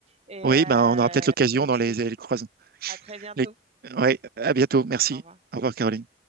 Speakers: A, on the right (about 35°); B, on the right (about 55°).
A: Et
B: Oui,
A: euh,
B: ben, on aura peut-être l'occasion
A: je
B: dans les,
A: te
B: les
A: dis
B: croisons.
A: à très bientôt.
B: Les... Ouais, à bientôt. Merci.
A: Au revoir.
B: Au revoir, Caroline.